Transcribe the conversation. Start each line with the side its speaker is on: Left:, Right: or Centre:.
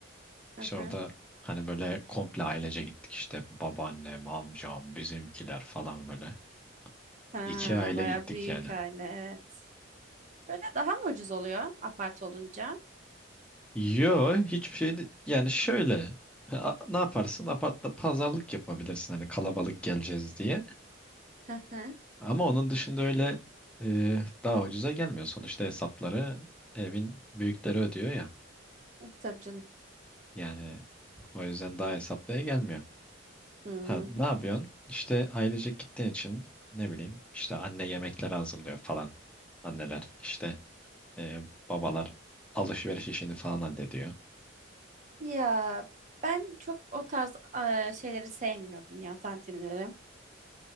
Right: hı
Centre: İşte orada
Right: hı.
Centre: hani böyle komple ailece gittik işte babaannem, amcam, bizimkiler falan böyle.
Right: Ha,
Centre: İki aile
Right: bayağı
Centre: gittik
Right: büyük
Centre: yani.
Right: aile, evet. Böyle daha mı ucuz oluyor apart olunca?
Centre: Yo hiçbir şey de- yani şöyle a- ne yaparsın apartta pazarlık yapabilirsin hani kalabalık geleceğiz diye.
Right: Hı hı.
Centre: Ama onun dışında öyle e, daha ucuza gelmiyor. Sonuçta hesapları evin büyükleri ödüyor ya.
Right: Tabii canım.
Centre: Yani o yüzden daha hesaplıya gelmiyor.
Right: Hı.
Centre: Ha, ne yapıyorsun? İşte ailecek gittiğin için ne bileyim işte anne yemekler hazırlıyor falan. Anneler işte e, babalar alışveriş işini falan hallediyor.
Right: Ya ben çok o tarz eee, şeyleri sevmiyorum ya tantinleri.